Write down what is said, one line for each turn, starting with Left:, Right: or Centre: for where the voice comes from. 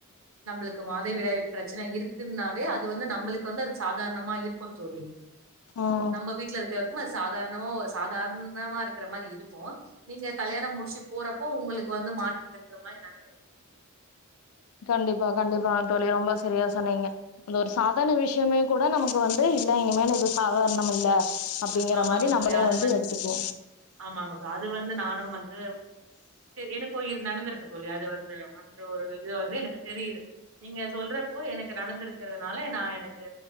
Right: நம்ளுக்கு மாதை விடாய பிரச்சனை இருக்குன்னாவே அது வந்து நம்மளுக்கு வந்து அது சாதாரணமா இருக்கும் தோலி
Left: ம்
Right: நம்ம வீட்ல இருக்காரு சாதாரணமா ஒரு சாதாரணமா இருக்கற மாரி இருக்கும் நீங்க கல்யாணம் முடிச்சு போறப்போ உங்களுக்கு வந்து மாற்றம் இருக்ற மாரி நினைக்கிற <inaudible>
Left: கண்டிப்பா கண்டிப்பா தோழி ரொம்ப சரியா சொன்னீங்க அந்த ஒரு சாதாரண விஷயமே கூட நமக்கு வந்து இல்ல இனிமே எதுவும் சாதார்ணம் இல்ல அப்டிங்கிற
Right: ஆமாங்க
Left: மாரி
Right: ச
Left: நம்மளே
Right: அது
Left: வந்து
Right: வந்
Left: எடுத்துக்குவோ
Right: ஆமாங்க ச அது வந்து நானும் வந்து எனக்கு <inaudible> நடந்திருக்கு தோலி அது வந்து அந்த ஒரு இது வந்து எனக்கு தெரியுது நீங்க சொல்றப்போ எனக்கு நடந்துருக்கிறதுனால நான எனக்கு